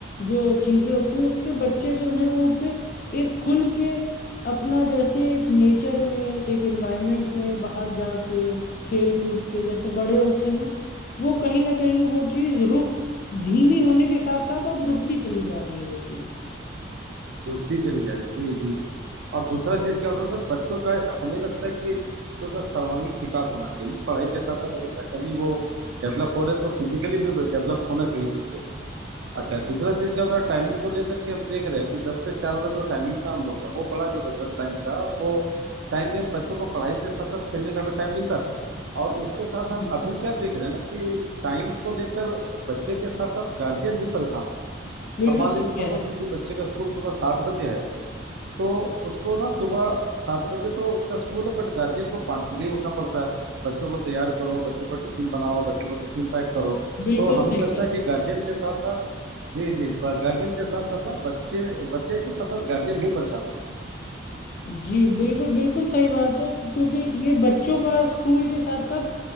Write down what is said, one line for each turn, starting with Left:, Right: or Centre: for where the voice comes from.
Left: जो चीज़ें होती हैं उससे बच्चे जो हैं वो पे एक खुल के अपना जैसे एक नेचर में एक एनवायरनमेंट में बाहर जाके खेल कूद के जैसे बड़े होते हैं वो कहीं ना कहीं वो चीज़ रुक धीमी होने के साथ साथ अब रुकती चली जा रही है वो चीज़
Right: डूबते चले जा रहे हैं जी जी जी और दूसरा चीज क्या होता है सर बच्चों का हमें लगता है कि बच्चों का सर्वांगीण विकास होना चाहिए पढ़ाई के साथ साथ अगर मेंटली वो डेवलप हो रहे हैं तो फिजिकली भी डेवलप होना चाहिए बच्चों को। अच्छा दूसरा चीज क्या होता है टाइमिंग को लेकर के हम देख रहे हैं कि दस से चार वाला जो टाइमिंग था हम लोग का वो बड़ा जबरदस्त टाइम था और वो टाइम में बच्चों को पढ़ाई के साथ साथ खेलने का भी टाइम मिलता था और उसके साथ
Left: जी
Right: साथ अभी क्या देख रहे हैं ना कि टाइम को लेकर बच्चे के साथ साथ गार्जियन भी परेशान है
Left: बिल्कुल
Right: अब मान
Left: सही
Right: लीजिए सपोज
Left: कह रहे हैं
Right: किसी बच्चे का स्कूल सुबह सात बजे है तो उसको ना सुबह सात बजे तो उसका स्कूल है बट गार्जियन को पाँच बजे ही उठना पड़ता है बच्चों को तैयार करो बच्चों का टिफिन बनाओ बच्चों को टिफिन पैक करो
Left: बिल्कुल
Right: तो
Left: सही
Right: हमें लगता
Left: कह रहे
Right: है कि
Left: हैं
Right: गार्जियन के साथ साथ जी जी गार्जियन के साथ साथ ना बच्चे बच्चे के साथ साथ गार्जियन भी परेशान
Left: जी बिल्कुल बिल्कुल सही बात है क्योंकि ये बच्चों का स्कूल के साथ साथ